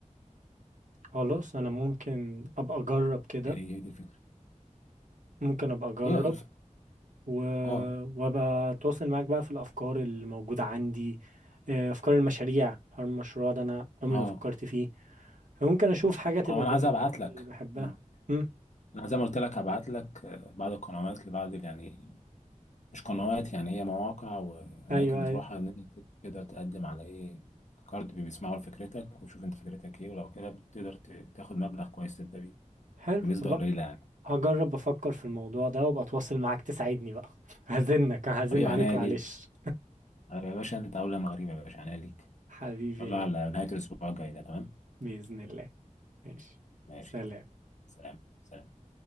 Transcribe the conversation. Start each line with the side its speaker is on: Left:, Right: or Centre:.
Right: خلاص انا ممكن ابقى اجرب كده
Left: يعني هي دي الفكره
Right: ممكن ابقى اجرب
Left: هي الف...
Right: و...
Left: اه
Right: وابقى اتواصل معاك بقى في الافكار اللي موجوده عندي آه، افكار المشاريع هل المشروع ده انا عمري
Left: اه
Right: ما فكرت فيه فممكن اشوف حاجه تبقى
Left: اه انا
Right: بالنسبه
Left: عايز ابعت لك
Right: لي بحبها
Left: مم.
Right: امم
Left: انا زي ما قلت لك هبعت لك آه، بعض القنوات لبعض يعني مش قنوات يعني هي مواقع واماكن
Right: ايوه
Left: بتروحها
Right: ايوه
Left: ان انت تقدر تقدم على ايه كارد بيسمعوا لفكرتك ويشوف انت فكرتك ايه ولو كده بتقدر ت- تاخد مبلغ كويس تبدا بيه
Right: حلو
Left: بنسبه
Right: بقى
Left: قليله يعني
Right: هجرب افكر في الموضوع ده وابقى اتواصل معاك تساعدني بقى <laughs> هزنك هزن
Left: حبيب
Right: عليك
Left: عينيا
Right: معلش
Left: ليك آه، يا باشا انت اولى من غريب يا باشا عينيا ليك ان
Right: حبيبي
Left: شاء
Right: يا
Left: الله على
Right: غالي
Left: نهايه الاسبوع الجاي ده تمام
Right: باذن الله ماشي
Left: ماشي
Right: سلام
Left: يلا. سلام سلام